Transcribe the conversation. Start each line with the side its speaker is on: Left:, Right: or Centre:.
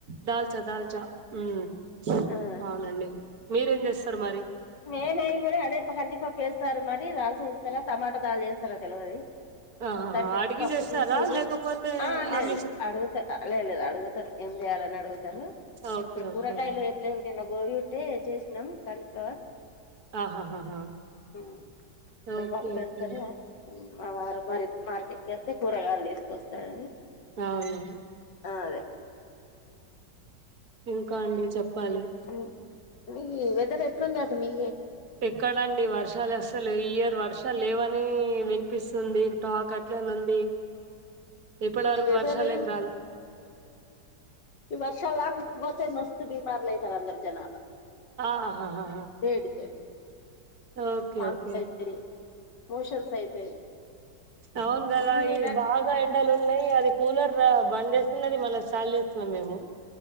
Right: దాల్చా దాల్చా ఉమ్
Left: ఆ
Right: అవునండి మీరేం చేస్తారు మరి
Left: నేనై గూడా అదే ప్ కంది పేస్తారు <unintelligible> మరి టమాట పప్పు దాల్ చేస్తారా తెలవది
Right: ఆహా
Left: మొత్తానికైతే
Right: అడిగి
Left: పప్పు
Right: చేస్తారా
Left: తీసిరు
Right: లేకపోతే
Left: ఆ లేదు
Right: ఆమె
Left: లేదు అడుగుత ఆ లే లేదు అడుగుతారు ఏం చేయాలని అడుగుతారు
Right: ఓకే
Left: ఇప్పుడు
Right: ఓకే
Left: కూరగాయలు ఏం లేవు నిన్న గోబీ ఉంటే చేసినాం కాలీఫ్లవర్
Right: ఆహాహాహా
Left: ఇప్పుడు
Right: ఓకే
Left: పప్పు
Right: ఓకే
Left: వేస్తారు మా వారు మరి మార్కెట్కికేళ్తే కూరగాయలు తీసుకొస్తాడని
Right: అవును
Left: ఆ అదే <inaudible>
Right: ఇంకా అండి చెప్పాలి
Left: ఉ మీ వెదర్ ఎట్లుంది అటు మీ
Right: ఎక్కడండి వర్షాలు అసలు ఈ ఇయర్ వర్షాలు లేవని వినిపిస్తుంది టాక్ కట్ల నుండి ఇప్పడ
Left: ఈ
Right: వరకు
Left: వెదర్
Right: వర్షాలు ఏం రాలే
Left: ఈ వర్షాల కుక్కుపోతే మస్తు బీమాలైతరు అందరరూ జనాభా
Right: ఆహాహా
Left: ఎ ఇద్దరూ
Right: ఓకే
Left: వాంతులు
Right: ఓకే
Left: అయితాయి మోషన్స్ అయితాయి
Right: అవున్ గద
Left: అన్ని
Right: ఈ
Left: రక
Right: భాగ్ ఇంకా ఎండలు ఉన్నాయి అది కూలర్ రా బంద్ చేస్తున్నది మల్ల సాల్ ట్లేము మేము